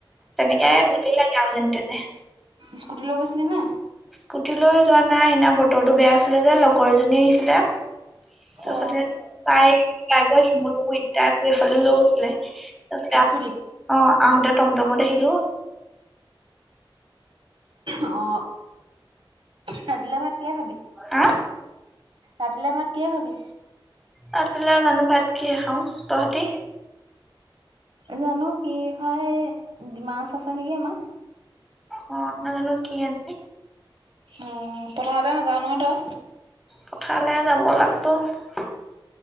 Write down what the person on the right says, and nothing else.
স্কুটি লৈ গৈছিলি নে
অ
স্কুটিত
অ, ৰাতি লে ভাত কিহে খাবি?
ৰাতিলৈ ভাত কিহে খাবি?
জানো কি খাই মাছ আছে নেকি আমাৰ।
অ পথাৰলৈ নাযাও নহয় তই?